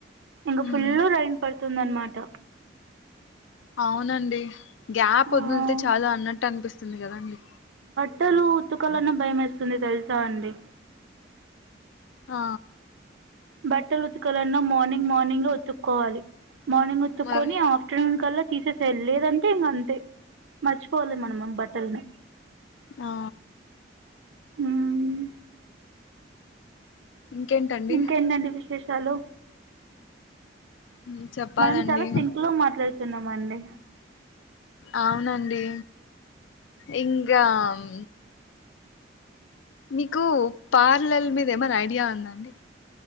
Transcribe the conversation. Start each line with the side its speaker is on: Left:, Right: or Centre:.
Right: ఇంగ
Left: ఉమ్
Right: ఫుల్ రైన్ పడుతుంది అన్ మా దా
Left: అవునండి. గ్యాప్
Right: ఆ
Left: వదులితే చాలు అన్నట్టు అనిపిస్తుంది కదండి.
Right: బట్టలు ఉతకాలన్నా భయం వేస్తుంది తెలుసా అండి.
Left: ఆ
Right: బట్టలు ఉతకాలన్నా మార్నింగ్ మార్నింగ్ లో ఉతుక్కోవాలి. మార్నింగ్ ఉతుక్కొని
Left: మరి
Right: ఆఫ్టర్నూన్ కల్లా తీసేసేయ్ లేదంటే ఇంకా అంతే మర్చిపోవాలి మనం మన బట్టలని
Left: ఆ
Right: ఉమ్
Left: ఇంకేంటండి
Right: ఇంకేంటండి విశేషాలు
Left: ఉమ్, చెప్పాలండి
Right: మనం చాలా సింకులో మాట్లాడుతున్నామండి
Left: అవునండి ఇంగామ్ మీకు పార్లల్ మీద ఏమైనా ఐడియా ఉందా అండి